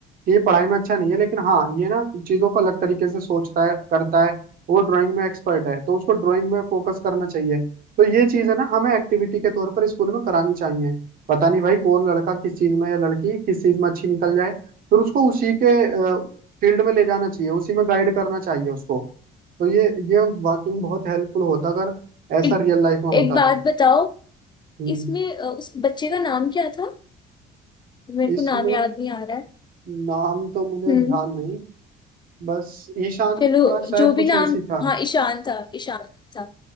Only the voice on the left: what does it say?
एक
एक बात
बताओ
इसमें अ, उस बच्चे का नाम क्या था मेरे को
नाम याद नहीं आ रहा है
हम्म
चलो
जो भी
नाम
हाँ ईशान था ईशान था